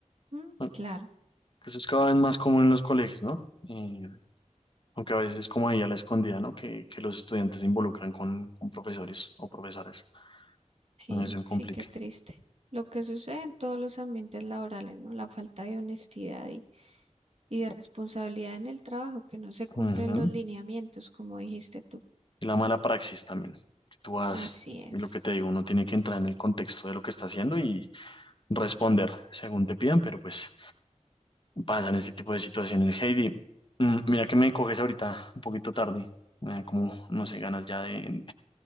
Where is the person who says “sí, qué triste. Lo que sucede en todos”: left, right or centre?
Right